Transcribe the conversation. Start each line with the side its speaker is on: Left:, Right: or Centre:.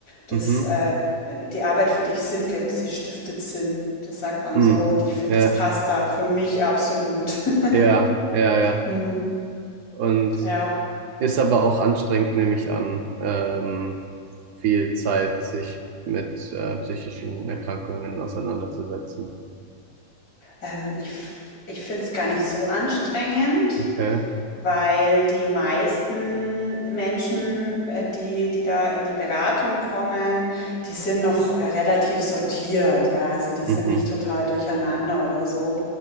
Left: dass
Right: Mhm.
Left: äh, äh, die Arbeit für dich Sinn gibt, sie stiftet Sinn. Das sagt man
Right: Mhm.
Left: so und ich finde,
Right: Ja.
Left: das passt da für mich absolut. <laughs>
Right: Ja, ja, ja.
Left: Hm,
Right: Und
Left: ja,
Right: ist aber auch anstrengend, nehme ich an, ähm, viel Zeit sich mit äh, psychischen Erkrankungen auseinanderzusetzen.
Left: ähm, ich, ich finde es gar nicht so anstrengend.
Right: Okay.
Left: Weil die meisten Menschen, äh, die, die da in die Beratung kommen, die sind noch äh, relativ sortiert, ja, also die sind
Right: Mhm.
Left: nicht total durcheinander oder so.